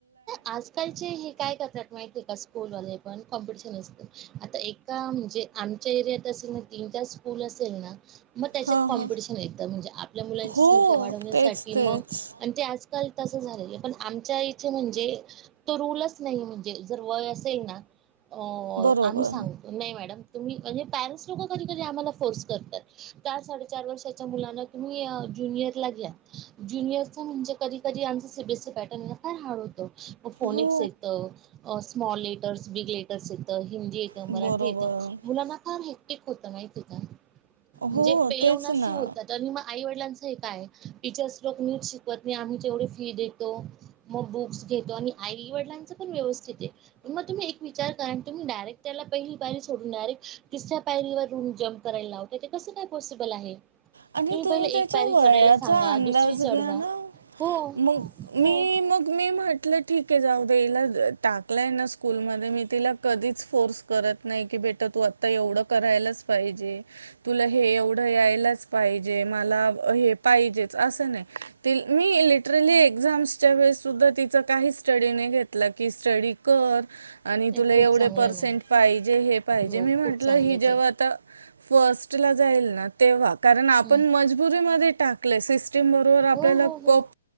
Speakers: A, on the right; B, on the right.
A: आजकालचे हे काय करतात माहितीय का स्कूल वाले पण कॉम्पिटिशन असत आता एका म्हणजे आमच्या एरियात असेल ना तीन चार स्कूल असेल ना मग त्याच्यात
B: हां
A: कॉम्पिटिशन
B: हां
A: एकद म्हणजे आपल्या मुलांची
B: हो
A: संख्या वाढवण्यासाठी
B: तेच तेच
A: मग आणि ते आज ल तस झालंय पण आमच्या इ म्हणजे तो रूलच नाही म्हणजे जर वय असेल ना, अ
B: बरोबर
A: आम्ही सांगतो नाही मॅडम, तुम्ही म्हणजे पॅरेंट्स लोक कधीकधी आम्हाला फोर्स करतात चार साडेचार वर्षाच्या मुलांना तुम्ही अ ज्युनियर ला घ्या ज्युनियरचा म्हणजे कधी कधी आमचा सीबीएसी पॅटर्न फार हार्ड होतो. फोनिक्स
B: हो
A: येतं स्मॉल लेटर्स बिग लेटर्स येतं हिंदी येतं
B: बरोबर
A: मराठी येतं. मुला ना काम होत माहिती हो का म्हणजे
B: हो
A: पेलवणास
B: तेच ना
A: होता तर मग आई वडिलांच काय टीचर्स लोक नीट शिकवत नाही. आम्ही तेवढी फी देतो. मग बुक्स घेतो आणि आई वडिलांचा पण व्यवस्थित आहे मग तुम्ही एक विचार करा तुम्ही डायरेक्ट त्याला पहिली पायरी सोडूने तिसऱ्या पायरीवर रुम जम्प करायला लावत ते कसं काय पॉसिबल आहे
B: आणि तुम्ही
A: पहिले
B: त्याच्या
A: एक पायरी चढायला
B: वयाचा
A: सांगा
B: अंदाज
A: दुसरी चढवा
B: घ्या ना
A: हो
B: मग मी
A: हो
B: मग मी म्हटलं ठीक आहे जाऊ द्याला टाकलंय नस स्कूलमध्ये मी तिला कधीच फोर्स करत नाही की बेटा तू आत्ता एवढं करायलाच पाहिजे. तुला हे एवढं यायलाच. पाहिजे मला हे पाहिजेत अस नाही मी लिटरली एक्झाम च्या वेळी सुद्धा तिझ काहीच स्टडीज नाही घेतल की स्ट कर आणि तुला
A: खूप
B: एवढे
A: चांगलं
B: पर्सेंट
A: नाही
B: पाहिजे हे पाहिजे
A: हो
B: मी म्हटलं
A: खूप चांगले
B: हि जेव्हा
A: ते
B: आता फर्स्ट ला जाईल ना. तेव्हा कारण
A: हम्म.
B: आपण मजबुरीमध्ये टाकलय. सीस बरोबर आपल्याला
A: हो हो
B: कोप
A: हो